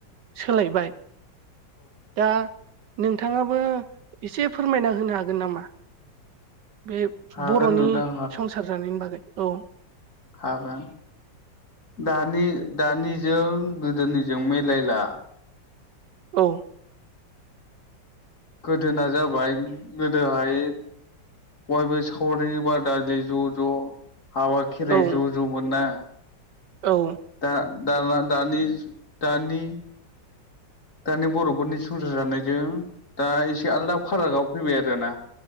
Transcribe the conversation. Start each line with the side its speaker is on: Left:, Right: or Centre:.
Right: सोलायबाय दा नोंथाङाबो एसे फोरमायना होनो हागोन नामा बे
Left: हागोन
Right: बर'नि
Left: नोंथां
Right: संसार जानायनि बागै औ
Left: हागा दानि दानिजों गोदोनिजों मिलायला
Right: औ
Left: गोदोना जाबाय गोदोहाय बयबो सावरि बादालि ज' ज' हाबा खेराइ
Right: औ
Left: ज' ज' दंमोनना
Right: औ
Left: दा दाना दानि दानि दानि बर'फोरनि संसार जानायजों दा एसे आलादा फारागआव फैबाय आरोना